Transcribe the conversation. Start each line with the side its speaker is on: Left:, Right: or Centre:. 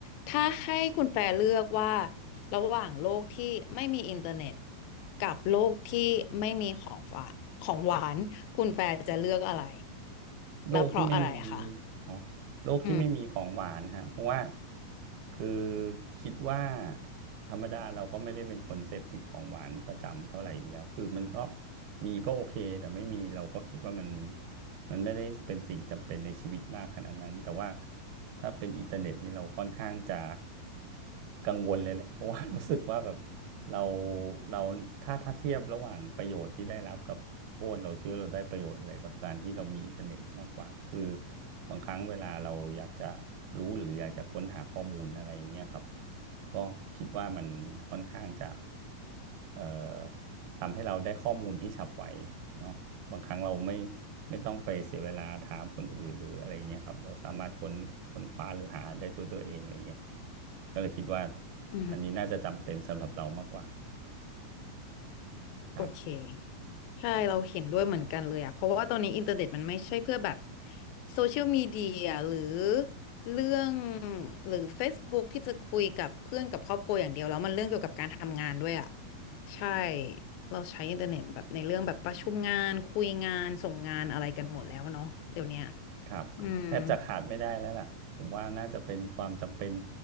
Left: ถ้าให้คุณแฟร์เลือกว่าระหว่างโลกที่ไม่มีอินเทอร์เน็ตกับโลกที่ไม่มีของฝากของหวานคุณแฟร์จะเลือกอะไร
Right: โลกที่ไม่มี
Left: แล้วเพราะอะไรคะ
Right: อ๋อโลกที่ไม่มีของหวานฮะ
Left: อืม
Right: เพราะว่าคือคิดว่าธรรมดาเราก็ไม่ได้เป็นคนเสพติดของหวานประจำเท่าไหร่อยู่แล้ว คือมันก็มีก็โอเค แต่ไม่มีเราก็คิดว่ามัน มันไม่ได้เป็นสิ่งจำเป็นในชีวิตมากขนาดนั้นแต่ว่าถ้าเป็นอินเทอร์เน็ตนี่เราค่อนข้างจะกังวลเลยแหละเพราะว่า <laughs> รู้สึกว่าแบบเราเราถ้าถ้าเทียบระหว่างประโยชน์ที่ได้รับกับโทษเราคิดว่าเราได้ประโยชน์อะไรกับการที่เรามีอินเทอร์เน็ตมากกว่าคือบางครั้งเวลาเราอยากจะรู้หรืออยากจะค้นหาข้อมูลอะไรอย่างเงี้ยครับก็คิดว่ามันค่อนข้างจะเอ่อทำให้เราได้ข้อมูลที่ฉับไวเนาะ บางครั้งเราไม่ไม่ต้องไปเสียเวลาถามคนอื่นหรืออะไรเงี้ยครับเราสามารถค้นค้นคว้าหรือหาได้ตัวตัวเองอะไรเงี้ยก็เลยคิดว่า
Left: อืม
Right: อันนี้น่าจะจำเป็นสำหรับเรามากกว่าครับ
Left: โอเคใช่เราเห็นด้วยเหมือนกันเลยอะเพราะว่าตอนนี้อินเทอร์เน็ตมันไม่ใช่เพื่อแบบโซเชียลมีเดียหรือเรื่องหรือ Facebook ที่จะคุยกับเพื่อนกับครอบครัวอย่างเดียวแล้วมันเรื่องเกี่ยวกับการทำงานด้วยอะใช่เราใช้อินเทอร์เน็ตแบบในเรื่องแบบประชุมงานคุยงานส่งงานอะไรกันหมดแล้วเนาะเดี๋ยวเนี้ย
Right: ครับแทบจะขาดไม่ได้แล้วล่ะผมว่าน่าจะเป็นความจำเป็น
Left: อืม <laughs>